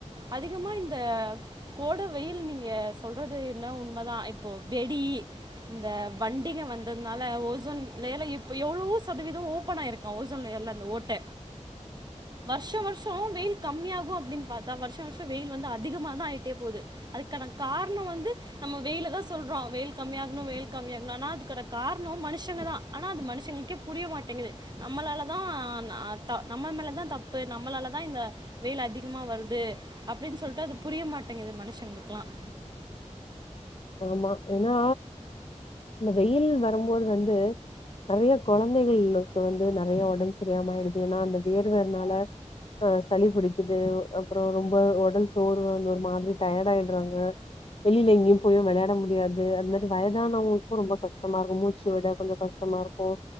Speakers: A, on the right; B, on the left.
A: அதிகமா இந்த கோட வெயில் நீங்க சொல்றது என்னோ உண்ம தான் இப்போ வெடி இந்த வண்டிங்க வந்ததுனால ஓசோன் லேயர்ல்ல இப்போ எவ்ளோ சதவீதம் ஓப்பனாயிருக் ஓசோன் லேயர்ல அந்த ஓட்ட வருஷோம் வருஷோம் வெய்யில் கம்மியாகும் அப்டின்னு பாத்தா வருஷோம் வருஷோம் வெய்யில் வந்து அதிகமா தான் ஆய்ட்டே போது அதுக்கான காரணோம் வந்து நம்ம வெய்யில தான் சொல்றோம் வெய்யில் கம்மியாணோம் வெய்யில் கம்மியாணோம் ஆனா அதுக்கான காரணம் மனுஷங்க தான் ஆனா அது மனுஷங்களுக்கே புரிய மாட்டங்குது நம்மளாலதான் நம்ம மேலதான் தப்பு நம்மளாலதான் இந்த வெயில் அதிகமா வருது அப்டின்னு சொல்லிட்டு அது புரிய மாட்டங்குது மனுஷங்களுக்குலாம்
B: ஆமா ஏன்னா இந்த வெயில் வரும்போது வந்து நெறைய கொழந்தைகள்க்கு வந்து நிறைய ஒடம்பு சரியாம ஆய்டுது ஏன்னா அந்த வேர்வனால அஹ் சளி புடிக்கிது அப்புறம் ரொம்ப உடல் சோர்வு அந்த ஒரு மாரி டயர்டு ஆயிற்றாங்க வெளில எங்கயும் போயும் வெளையாட முடியாது அந்த மாதிரி வயதானவங்களுக்கும் ரொம்ப கஷ்டமா இருக்கூம் மூச்சு விட கொஞ்சொம் கஷ்டமா இருக்கூம்